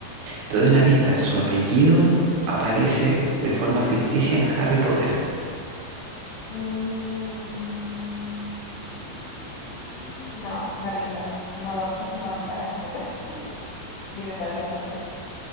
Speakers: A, on the right; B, on the left.
A: Te doy una pista, su apellido aparece de forma ficticia en Harry Potter.
B: Mm, no, me rindo. No, tampoco soy fanática de Harry Potter. <laughs> Dime cuál es la respuesta.